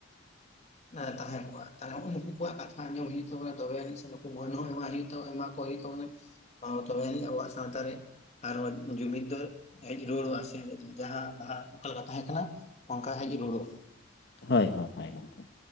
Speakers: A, on the left; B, on the left.
A: ᱱᱮ ᱛᱟᱦᱮᱸ ᱠᱚᱜ-ᱟ ᱛᱟᱞᱦᱮ ᱦᱩᱸᱜ-ᱩ ᱱᱩᱠᱩ ᱠᱚᱣᱟᱜ ᱠᱟᱛᱷᱟ ᱟᱸᱡᱚᱢ ᱦᱩᱭᱩᱜᱼᱼ ᱛᱚᱵᱮ ᱛᱚᱵᱮ ᱟᱹᱱᱤᱡ ᱥᱮ ᱱᱩᱠᱩ ᱢᱟᱹᱱ ᱦᱚᱸ ᱮᱢᱟ ᱦᱩᱭᱩᱜ ᱛᱟᱵᱚᱱᱟ ᱮᱢᱟ ᱠᱚ ᱦᱩᱭᱩᱜ ᱛᱟᱵᱚᱱᱟ ᱚᱻᱛᱚᱵᱮ ᱟᱹᱱᱤᱡ ᱟᱵᱚᱣᱟᱜ ᱥᱟᱶᱛᱟ ᱨᱮ ᱟᱨᱚ ᱡᱩᱢᱤᱫ ᱫᱚ ᱦᱮᱡ ᱨᱩᱣᱟᱹᱲᱚᱜ-ᱟ ᱥᱮ ᱡᱟᱦᱟᱸ ᱞᱟᱦᱟ ᱚᱠᱟ ᱞᱮᱠᱟ ᱛᱟᱦᱮᱸ ᱠᱟᱱᱟ᱾ ᱚᱝᱠᱟ ᱦᱮᱡ ᱨᱩᱣᱟᱹᱲᱚᱜ-ᱟ᱾
B: ᱦᱚᱭ ᱦᱚᱭ ᱦᱚᱭ ᱜᱚᱝᱠᱮ᱾